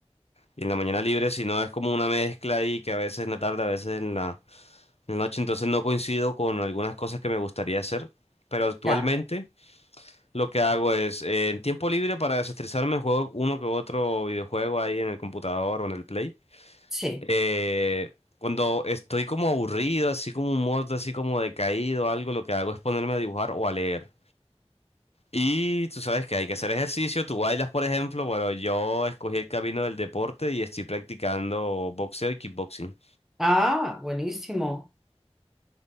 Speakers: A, on the left; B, in the centre.
A: y en la mañana libre, sino es como una mezcla ahí que a veces en la tarde, a veces en la, en la noche, entonces no coincido con algunas cosas que me gustaría hacer, pero actualmente...
B: Ya,
A: Lo que hago es, eh, en tiempo libre para desestresarme, juego uno que otro videojuego ahí en el computador o en el Play.
B: sí.
A: Eh, cuando estoy como aburrido, así como un modo así como decaído, algo, lo que hago es ponerme a dibujar o a leer. Y tú sabes que hay que hacer ejercicio, tú bailas, por ejemplo, bueno, yo escogí el camino del deporte y estoy practicando boxeo y kickboxing.
B: Ah, buenísimo.